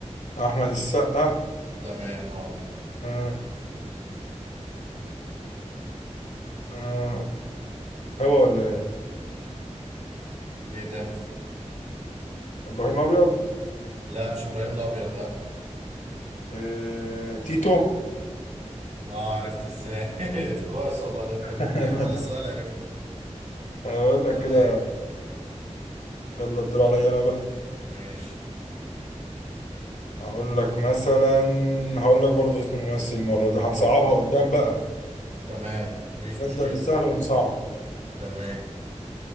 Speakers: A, on the left (about 85°); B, on the right (about 80°).
A: احمد السقا
B: تمام اه
A: آه، آه، هو ولا ايه
B: ايه ده
A: ابراهيم الابيض
B: لا مش ابراهيم الابيض لا
A: آه، تيتو
B: اه عرفت ازاي <laughs> كويس والله ده
A: <laughs>
B: انت من غير ولا سؤال عرفت
A: هقول
B: تمام
A: لك كده يلا الدور عليا انا بقى
B: ماشي
A: هقول لك مثلا هقول لك برضو اسم الممثل المره دي هنصعبها
B: مم.
A: قدام بقى
B: تمام مفيش
A: نبدا
B: مشكلة
A: بالسهل ونصعب
B: تمام